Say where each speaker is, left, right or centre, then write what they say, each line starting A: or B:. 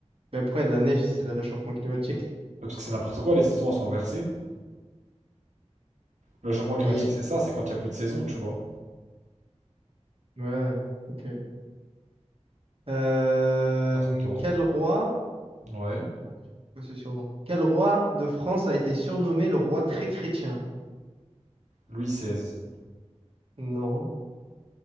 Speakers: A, on the right; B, on the right.
A: Mais après, de la neige, c'est le réchauffement climatique.
B: Ouais, parce que c'est n'importe quoi, les saisons elles sont inversées. Le changement climatique,
A: Mais
B: c'est ça, c'est quand il n'y a plus de saison, tu vois.
A: ouais, ok. Euh,
B: À ton tour.
A: quel roi,
B: Ouais.
A: Oh, je sais pas ce surnom. Quel roi de France a été surnommé le roi très chrétien?
B: Louis XVI.
A: Non.